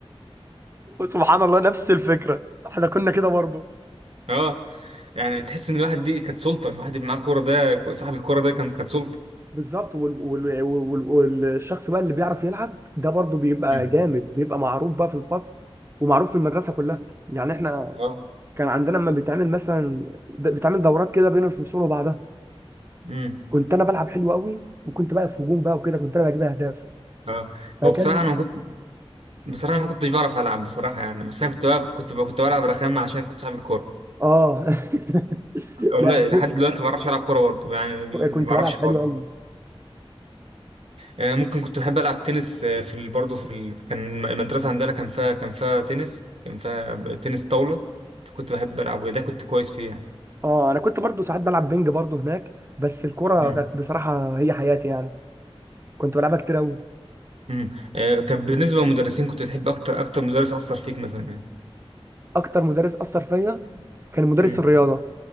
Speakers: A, on the right; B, on the right.
A: سبحان الله نفس الفكره احنا كنا كده برضه
B: اه يعني تحس ان الواحد دي كانت سلطه الواحد اللي معاه كوره ده صاحب الكوره ده كان كانت سلطه
A: بالظبط وال- وال- وال- والشخص بقى اللي بيعرف يلعب ده برضه بيبقى
B: مم.
A: جامد بيبقى معروف بقى في الفصل ومعروف في المدرسه كلها يعني احنا
B: اه
A: كان عندنا لما بيتعمل مثلا د- بيتعمل دورات كده بين الفصول وبعضها
B: امم
A: كنت انا بلعب حلو قوي وكنت بقى في هجوم بقى وكده كنت انا بجيب اهداف
B: اه
A: فكان
B: هو بصراحه انا ما كنت بصراحه أنا ما كنتش بعرف العب بصراحه يعني بس انا كنت بقى كنت بقى كنت بلعب رخامه عشان كنت صاحب الكوره
A: اه <laughs>
B: والله
A: لا
B: لحد
A: كنت
B: دلوقتي ما بعرفش العب كوره برضه يعني ما
A: كنت
B: بعرفش
A: بلعب حلو
B: خالص
A: قوي
B: آه، ممكن كنت بحب العب تنس آه، في ال... برضه في ال... كان المدرسه عندنا كان فيها كان فيها تنس كان فيها تنس طاوله فكنت بحب العبه ده كنت كويس فيه
A: اه انا كنت برضه ساعات بلعب بينج برضه هناك بس الكره
B: يعني
A: كانت بصراحه هي حياتي يعني كنت بلعبها كتير قوي
B: امم آه طب بالنسبة للمدرسين كنت بتحب أكتر أكتر مدرس أثر فيك مثلا يعني
A: اكتر مدرس اثر فيا كان مدرس
B: امم
A: الرياضه